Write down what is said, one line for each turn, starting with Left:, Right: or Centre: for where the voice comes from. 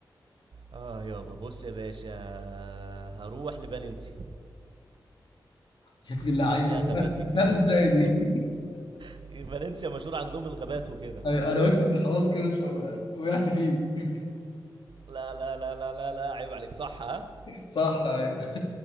Right: اه يابا بص يا باشا هروح لفالنسيا
Left: شكل اللعيبه
Right: عشان فيها
Left: جبتها
Right: غابات
Left: جبتها
Right: كتير
Left: ازاي
Right: وكده
Left: دي
Right: <laughs> فالنسيا مشهور عندهم الغابات
Left: <laughs>
Right: وكده
Left: أيوة، انا قلت انت خلاص كده مش هبقى- وقعت فيه <laughs>
Right: لا لا لا لا لا لا عيب عليك صح ها
Left: صح ايوه